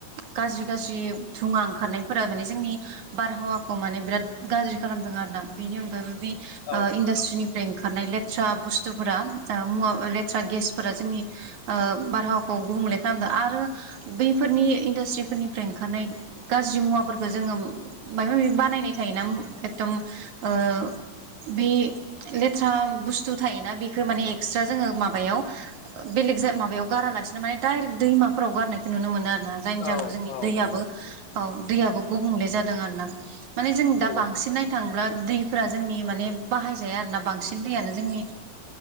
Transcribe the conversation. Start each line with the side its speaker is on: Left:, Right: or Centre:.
Right: गाज्रि गाज्रि धुवा ओंखारनायफोरा माने जोंनि बारहावाखौ माने बिराद गाज्रि खालामदों आरो ना बेनि अनगायैबो बे
Left: औ
Right: इडासट्रिनि फ्राय ओंखारनाय लेथ्रा बुस्थुफोरा मुवा लेथ्रा गेसफोरा जोंनि ओ बारहावाखौ गुबुंले खालामदों आरो बैफोरनि इन्डास्ट्रिफोरनिफ्राय ओंखारनाय गाज्रि मुवाफोरखौ जोङो माबा माबि बानायनाय थायोना एकदम ओ बे लेथ्रा बुस्थु थायोना बेखो माने एक्सट्रा जोङो मा माबायाव बेलेग माबायाव गारालासिनो माने डायरेक दैमाफोराव गारनायखौ नुनो मोनो आरोना। जायनि जाहोनाव
Left: औ
Right: जोंनि दैयाबो
Left: औ औ
Right: औ दैयाबो गुबुंले जादों आरो ना माने जों दा
Left: नंगौ
Right: बांसिन नायनो थाङोब्ला दै फोरा जोंनि माने बाहायजाया आरोना बांसिन दैआनो जोंनि